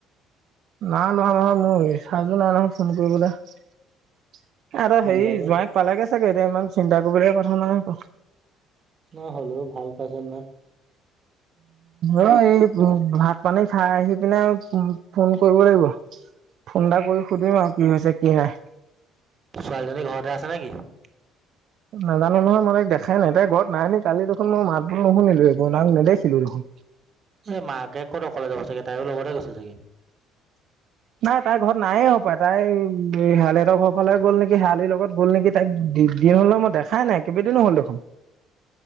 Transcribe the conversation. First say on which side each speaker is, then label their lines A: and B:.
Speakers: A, on the right; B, on the right.
A: নাই লোৱা নহয় মোৰ ৰিচাৰ্চ জো নাই নহয় ফোন কৰিবলৈ আৰু
B: ফোন
A: হেৰি
B: এটা কৰি
A: জোৱাইক পালোগে চাগে এতিয়া ইমান চিন্তা কৰিবলে কথা নহয় আকৌ
B: ন হ'লেও ভাল পাইছ ন
A: অ এই ভাত পানী খাই আহি পিনে ফোন কৰিব লাগিব ফোন এটা কৰি সুধিম আৰু কি হৈছে কি নাই
B: ছোৱালীজনী ঘৰতে <unintelligible>
A: নাজানো নহয় মানে দেখাই নেদে গৰত নাইে কালি দেখোন মই মাতবোৰ নুশুনিলো এইবোৰাক নেদেখিলো দেখোন
B: এ মাকে ক'ত অকলে যাব চাগে তাই লগতে গৈছে চাগে
A: নাই তাইৰ ঘৰত নায়ে হ পায় তাই শোলিহঁতৰ ঘৰ ফালে গ'ল নেকি শেৱালিৰ লগত গ'ল নেকি তাইক দিন হ'লে মই দেখাই নাই কেইবদিনো হ'ল দেখোন